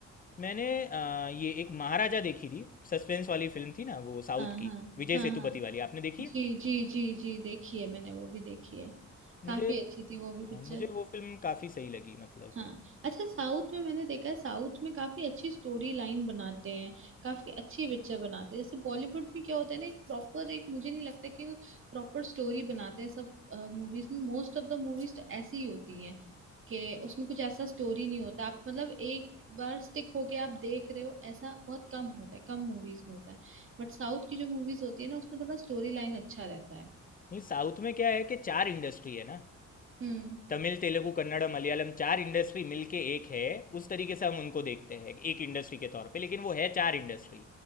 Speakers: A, on the left; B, on the right.
A: मैंने अ, ये एक महाराजा देखी थी सस्पेंस वाली फिल्म थी ना वो साउथ
B: हाँ हाँ
A: की विजय
B: हाँ
A: सेतुपति
B: हाँ
A: वाली आपने देखी है
B: जी जी जी जी देखी है मैंने वो भी देखी है काफी
A: मुझे
B: अच्छी थी वो
A: अ,
B: भी पिक्चर
A: मुझे वो फिल्म काफ़ी सही लगी मतलब
B: हाँ अच्छा साउथ में मैंने देखा है साउथ में काफी अच्छी स्टोरी लाइन बनाते हैं काफी अच्छे पिक्चर बनाते हैं जैसे बॉलीवुड में क्या होता है ना एक प्रॉपर एक मुझे नहीं लगता कि वो प्रॉपर स्टोरी बनाते हैं सब मूवीज में मोस्ट ऑफ द मूवीज तो ऐसी ही होती हैं कि उसमें कुछ ऐसा स्टोरी नहीं होता आप मतलब एक बार स्टिक होके आप देख रहे हो ऐसा बहुत कम होता है कम मूवीज में होता है बट साउथ की जो मूवीज होती है ना उसमें थोड़ा स्टोरी लाइन अच्छा रहता है
A: नहीं साउथ में क्या है कि चार इंडस्ट्री है ना
B: हम्म
A: तमिल तेलुगु कन्नड़ मलयालम चार इंडस्ट्री मिलके एक है उस तरीके से हम उनको देखते हैं एक इंडस्ट्री के तौर पे लेकिन वो है चार इंडस्ट्री